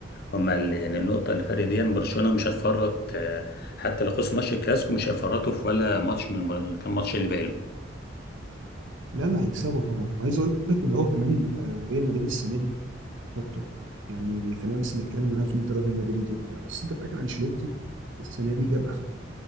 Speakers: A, on the left (about 55°); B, on the right (about 85°).
A: هم ال- يعني النقطه الفرق دي إن برشلونه مش هتفرط آه، حتى لو خسروا ماتش الكلاسيكو مش هيفرطوا في ولا ماتش من الم- كام ماتش اللي باقي لهم
B: لا لا هيكسبوا طبعا وعايز اقول لك اللي هو كمان آه، ريال مدريد السنه دي حطه يعني خلينا بس نتكلم انا عارف ان انت راجل مدريدي وبتاع بس انت في الاخر انشيلوتي السنه دي جاب اخره